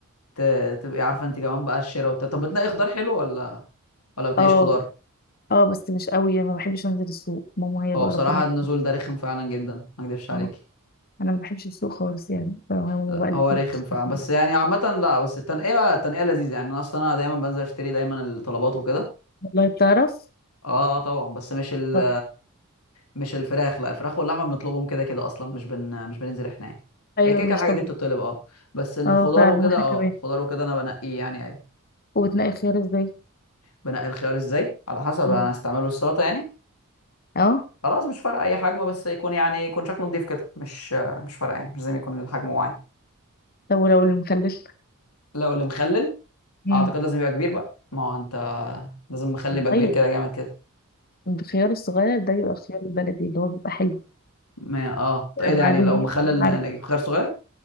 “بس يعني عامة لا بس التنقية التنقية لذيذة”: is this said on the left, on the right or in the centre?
Left